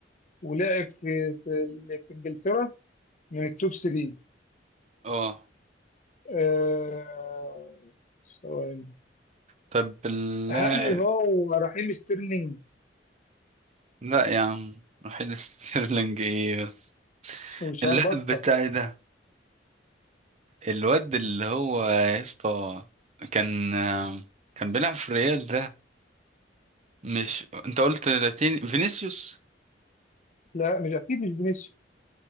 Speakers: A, on the left; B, on the right.
A: ولعب في في, ال- في انجلترا من التوب 3
B: اه
A: آه، سؤال
B: طب اللاعب
A: هل هو رحيم ستيرلينج
B: لا يا عم رحيل ستيرلينج ايه بس
A: مش
B: اللاعب
A: هبطة
B: بتاعي ده الواد اللي هو يا اسطى كان آه، كان بيلعب في ريال ده مش انت قلت لاتيني فينيسيوس
A: لا مش اكيد مش فينيسيوس